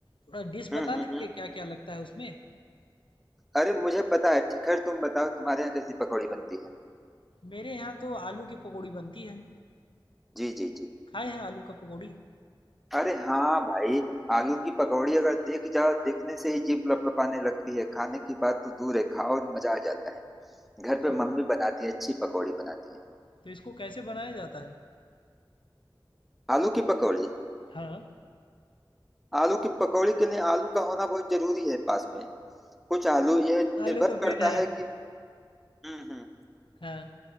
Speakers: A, on the left; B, in the centre.
A: थोड़ा डिश बता
B: हम्म हम्म
A: देंगे
B: हम्म
A: क्या-क्या लगता है उसमें?
B: अरे मुझे पता है खैर तुम बताओ तुम्हारे यहाँ कैसी पकौड़ी बनती है
A: मेरे यहाँ तो आलू की पकौड़ी बनती है।
B: जी जी जी
A: खाए हैं आलू का पकौड़ी?
B: अरे हाँ भाई आलू की पकौड़ी अगर देख जाओ देखने से ही जीभ लपलपाने लगती है खाने की बात तो दूर है खाओ और मजा आ जाता है घर
A: अच्छा।
B: पे मम्मी बनाती है अच्छी पकौड़ी बनाती है
A: तो इसको कैसे बनाया जाता है?
B: आलू की पकौड़ी
A: हाँ,
B: आलू की पकौड़ी के लिए आलू का होना बहुत जरूरी है पास में कुछ आलू यह
A: आलू
B: निर्भर
A: तो
B: करता
A: मेन है।
B: है कि हम्म हम्म
A: हाँ,